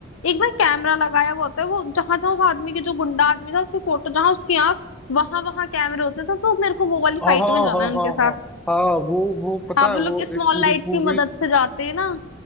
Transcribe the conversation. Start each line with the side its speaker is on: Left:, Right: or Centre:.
Left: एक ना कैमरा लगाया हुआ होता है वो जहां जहां उस आदमी की जो गुंडा आदमी था उसकी फोटो जहां उसकी आंख वहां वहां कैमरे होते थे तो मेरे को वो वाली
Centre: हाँ
Left: फाइट
Centre: हाँ
Left: में जाना
Centre: हाँ
Left: है उनके
Centre: हाँ
Left: साथ
Centre: हाँ हाँ, वो वो पता
Left: हाँ वो
Centre: है
Left: लोग
Centre: वो
Left: स्मॉल
Centre: एक पूरी
Left: लाइट
Centre: की पूरी
Left: की मदद से जाते हैं ना